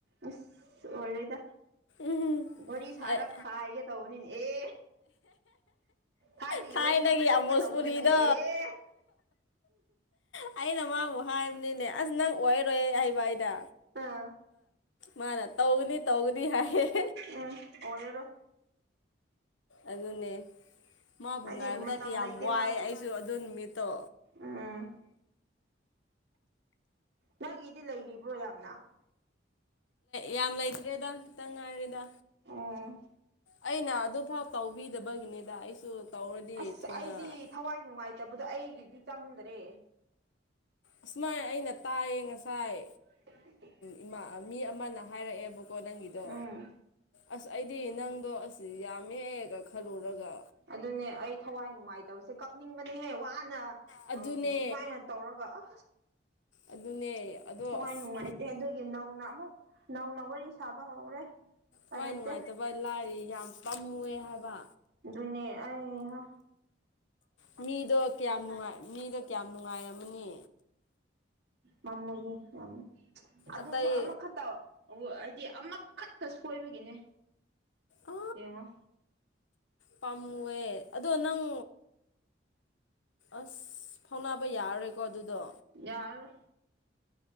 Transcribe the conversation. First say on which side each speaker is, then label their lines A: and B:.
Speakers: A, on the right (about 60°); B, on the left (about 85°).
A: ꯑꯁ ꯑꯣꯏꯔꯣꯏꯗ
B: ꯎꯝ
A: ꯋꯥꯔꯤ ꯁꯥꯔ
B: ꯑꯩ
A: ꯈꯥꯏꯒꯦ ꯇꯧꯕꯅꯤꯅꯦ ꯑꯦ ꯍꯥꯏꯔꯤꯌꯦ
B: ꯊꯥꯏꯅꯒꯤ
A: ꯋꯥꯔꯤꯗ ꯄꯨꯊꯣꯛꯀꯦ
B: ꯑꯃꯣꯁꯄꯨꯔꯤꯗꯣ
A: ꯇꯧꯕꯅꯤꯅꯦ ꯑꯦ
B: ꯑꯩꯅ ꯃꯥꯕꯨ ꯍꯥꯏꯕꯅꯤꯅꯦ ꯑꯁ ꯅꯪ ꯑꯣꯏꯔꯣꯏ ꯍꯥꯏꯕ ꯍꯥꯏꯅ
A: ꯑꯥ
B: ꯃꯥꯅ ꯇꯧꯒꯅꯤ ꯇꯧꯒꯅꯤ ꯍꯥꯏꯌꯦ
A: ꯎꯝ ꯑꯣꯏ ꯌꯔꯣ
B: ꯑꯗꯨꯅꯦ ꯃꯥꯕꯨ
A: ꯍꯥꯏꯗꯤ
B: ꯉꯥꯏꯕꯗ
A: ꯃꯇꯝ
B: ꯌꯥꯝ
A: ꯂꯩꯇꯦ
B: ꯋꯥꯏ
A: ꯃꯥꯒꯤ
B: ꯑꯩꯁꯨ ꯑꯗꯨ ꯅꯨꯃꯤꯠꯇꯣ
A: ꯎꯝ ꯅꯪꯒꯤꯗꯤ ꯂꯩꯔꯤꯕ꯭ꯔꯣ ꯌꯥꯝꯅ
B: ꯌꯥꯝ ꯂꯩꯇ꯭ꯔꯦꯗ ꯈꯤꯇꯪ ꯉꯥꯏꯔꯦꯗ
A: ꯑ
B: ꯑꯩꯅ ꯑꯗꯨꯐꯥꯎ ꯇꯧꯕꯤꯗꯕꯒꯤꯅꯤꯗ ꯑꯩꯁꯨ ꯇꯧꯔꯗꯤ
A: ꯑꯁ
B: ꯊꯨꯅ
A: ꯑꯩꯗꯤ ꯊꯋꯥꯏ ꯅꯨꯡꯉꯥꯏꯇꯕꯗꯣ ꯑꯩꯒꯤꯗꯤ ꯆꯪꯗ꯭ꯔꯦ
B: ꯑꯁꯨꯃꯥꯏ ꯑꯩꯅ ꯇꯥꯏꯌꯦ ꯉꯁꯥꯏ
A: <unintelligible>
B: ꯏꯃꯥ ꯃꯤ ꯑꯃꯅ ꯍꯥꯏꯔꯛꯑꯦꯕꯀꯣ ꯅꯪꯒꯤꯗꯣ
A: ꯎꯝ
B: ꯑꯁ ꯑꯩꯗꯤ ꯅꯪꯗꯣ ꯑꯁꯤ ꯌꯥꯝꯃꯦꯑꯦꯒ ꯈꯜꯂꯨꯔꯒ
A: ꯑꯗꯨꯅꯦ ꯑꯩ ꯊꯋꯥꯏ ꯅꯨꯡꯉꯥꯏꯇꯕꯁꯦ ꯀꯞꯅꯤꯡꯕꯅꯦꯍꯦ ꯋꯥꯅ
B: ꯑꯗꯨꯅꯦ
A: ꯑ ꯁꯨꯃꯥꯏꯅ ꯇꯧꯔꯒ ꯑ
B: ꯑꯗꯨꯅꯦ ꯑꯗꯣ
A: ꯍꯋꯥꯏ
B: ꯑꯁ
A: ꯅꯨꯡꯉꯥꯏꯇꯦ ꯑꯗꯨꯒꯤ ꯅꯧꯅ ꯑꯃꯨꯛ ꯅꯧꯅ ꯋꯥꯔꯤ ꯁꯥꯕ ꯍꯧꯔꯦ ꯎꯄꯥꯏ
B: ꯍꯣꯏ
A: ꯂꯩꯇꯦ
B: ꯅꯨꯡꯉꯥꯏꯇꯕ ꯂꯥꯏꯔꯤ ꯌꯥꯝ ꯄꯝꯃꯨꯑꯦ ꯍꯥꯏꯕ
A: ꯨꯅꯤ ꯑ ꯍꯥ
B: ꯎ ꯃꯤꯗꯣ ꯀꯌꯥꯝ ꯅꯨꯡꯉꯥꯏ ꯃꯤꯗꯣ ꯀꯌꯥꯝ ꯅꯨꯡꯉꯥꯏꯔꯝꯃꯅꯤ
A: ꯃꯝꯃꯣꯏꯌꯦ ꯌꯥꯝꯅ ꯑꯗꯨꯁꯨ
B: ꯑꯇꯩ
A: ꯑꯃꯈꯛꯇ ꯍꯥꯏꯗꯤ ꯑꯃ ꯈꯠꯇ ꯁꯣꯏꯕꯒꯤꯅꯦ
B: ꯑ
A: ꯌꯦꯡꯉꯣ
B: ꯄꯥꯝꯃꯨꯑꯦ ꯑꯗꯣ ꯅꯪ ꯑꯁ ꯐꯥꯎꯅꯕ ꯌꯥꯔꯔꯣꯏꯀꯣ ꯑꯗꯨꯗꯣ
A: ꯌꯔ